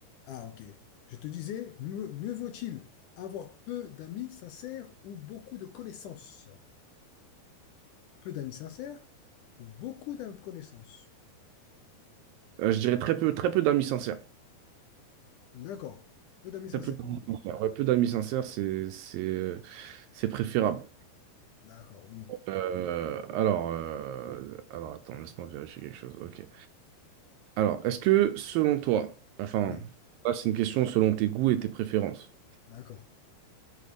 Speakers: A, on the left (about 75°); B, on the right (about 80°).
A: Ah, ok. Je te disais, mieux, mieux vaut-il avoir peu d'amis sincères ou beaucoup de connaissances? Peu d'amis sincères ou beaucoup de connaissances?
B: Euh, je dirais très peu, très peu d'amis sincères.
A: D'accord. Peu d'amis sincères,
B: Très peu d'amis
A: du coup.
B: sincères. Ouais, peu d'amis sincères, c'est, c'est, euh, c'est préférable.
A: D'accord, oui.
B: Euh, alors, euh, alors, attends, laisse-moi vérifier quelque chose. Ok. Alors, est-ce que selon toi, enfin,
A: Oui,
B: là, c'est une question selon tes goûts et tes préférences.
A: d'accord.